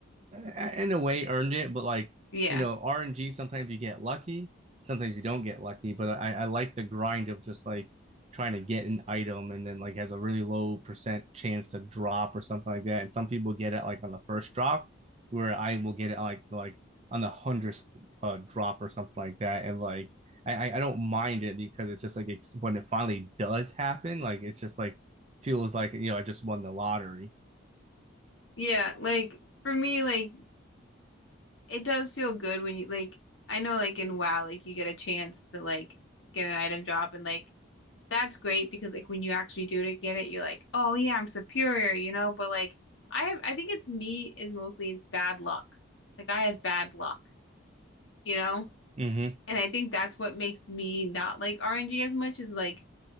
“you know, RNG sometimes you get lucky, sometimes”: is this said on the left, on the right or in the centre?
Right